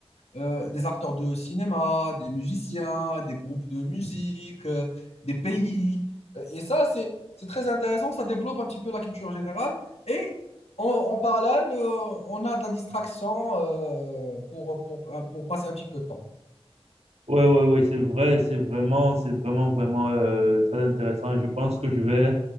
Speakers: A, on the left (about 80°); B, on the right (about 85°).
A: euh, des acteurs de cinéma, des musiciens, des groupes de musique, euh, des pays. Euh, Et ça, c'est c'est très intéressant, ça développe un petit peu la culture générale. Et en, en parallèle, euh, on a de la distraction euh, pour, pour, euh, pour passer un petit peu de temps.
B: Ouais, ouais, ouais, c'est vrai, c'est vraiment, c'est vraiment, vraiment euh, très intéressant. Et je pense que je vais,